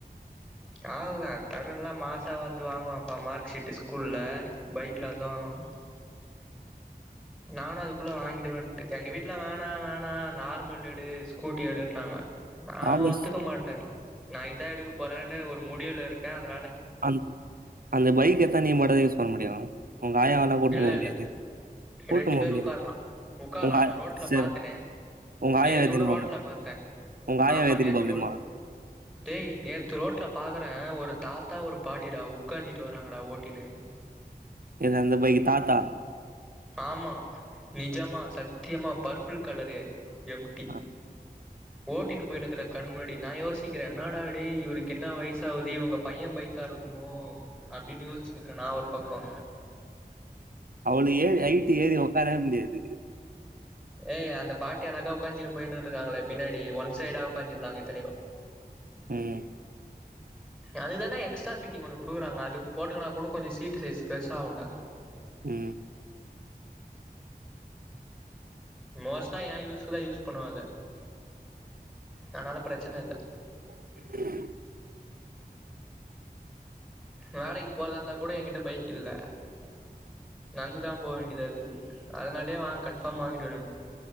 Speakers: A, in the centre; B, on the right.
A: கால்ல தருண்லாம் மாசா வந்து வாங்குவாம்ப்பா மார்க்ஷீட்டு் ஸ்கூல்ல பைக்ல வந்து வாங்குவா நானும் அதுகுள்ள வாங்கிடுவேன்ட்டு எங்க வீட்டுல வேணா வேணா நார்மல் எடு ஸ்கூட்டி எடுன்னாங்க நா
B: ஆர்எஸ்
A: ஒத்துக்க மாட்டே நா இதா எடுக்க போறேன்னு ஒரு முடிவுல இருக்கே அத
B: அந் அந்த பைக் எத்தா நீ மட்டுதா யூஸ் பண்ண முடியு உங்க ஆயாவெல்லா கூட்னு
A: இல்ல
B: போ
A: இல்ல
B: முடியாது கூட்னு
A: ரெண்டு
B: போ
A: பேர்
B: முடியாது
A: உக்கார்லா உக்கார்லாடா
B: உங்க ஆ
A: ரோட்ல
B: சேர்
A: பாத்தனே
B: உங்க ஆயாவ
A: நேத்து
B: எத்துனு
A: கூட ரோட்ல
B: போங்க
A: பாத்தே
B: உங்க ஆயாவ
A: ஆமா
B: எத்துனு
A: நேத்து
B: போ முடியுமா
A: கூ டேய் நேத்து ரோட்ல பாக்குறே ஒரு தாத்தா ஒரு பாட்டிடா உக்காஞ்சிட்டு வராங்கடா ஓட்டின்னு
B: எது அந்த பைக் தாத்தா
A: ஆமா நிஜமா சத்தியமா பர்பிள் கலரு எம் டி
B: அ
A: ஓக் ட்டின்னு போய்நுக்குற கண்ணுமுன்னாடி நா யோசிக்குற இன்னாடாடே இவுருக்கு என்னா வயசாவுது இவுங்க பைய பைக்கா இருக்குமோ அப்டின்னு யோச்சுநிக்குற நா ஒரு பக்கோ
B: அவங்க ஏறி ஹைட் ஏறி ஒக்காரவே முடியாது
A: ஏய் அந்த பாட்டி அழகா ஒக்காஞ்சினு போயின்னே இருக்காங்களே பின்னாடி ஒன் சைடா ஒக்காஞ்சிருந்தாங்க இத்தனைக்கு
B: ம்
A: <inaudible> அதுதான்டா எக்ஸ்ட்ரா ஃபிட்டிங் ஒன்னு குடுக்குறாங்க அது போட்டுகுனாக்கூடோ கொஞ்சொ சீட்டு சைஸ் பெருசாவுண்டா
B: ம்
A: மோஸ்டா ஏ யூஸ்குதா யூஸ் பண்ணுவ அத அதுனால பிரச்சன இல்ல
B: <unintelligible>
A: வேலைக்கு போறதா இருந்தா கூட எகிட்ட பைக் இல்ல நந்துதா போ வேண்டியதா இருகுது அதனாலயே வாங் கன்ஃபார்ம் வாங்கிடுவே நானு